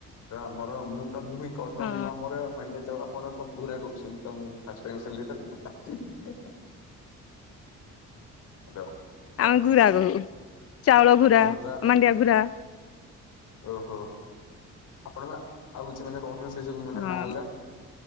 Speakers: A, on the left; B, on the left.
A: ତ ଆମର ମୁଁ ତ ମୁହିଁ। ବର୍ତମାନ
B: ହଁ
A: ମୁଁ ଆମର ମାଣ୍ଡିଆ ଜାଉ ଆପଣ କଣ ଘୁରା କହୁଛନ୍ତି ତ ମୁ ଫାଷ୍ଟ ଟାଇମ୍ ଶୁଣଲି ସେମିତି କଥା ହୁ ହୁ। <inaudible> ହ୍ୟାଲୋ
B: ଆମେ ଘୁରା କହୁ ଚାଉଳ ଘୁରା
A: ଓହୋ ତ
B: ମାଣ୍ଡିଆ ଘୁରା।
A: ଓହୋ ଆପଣ ଆଉ କିଛି ମାନେ କହୁନ ସେ ସବୁ ମାନେ
B: ହଁ
A: ନାଁ ଉରା।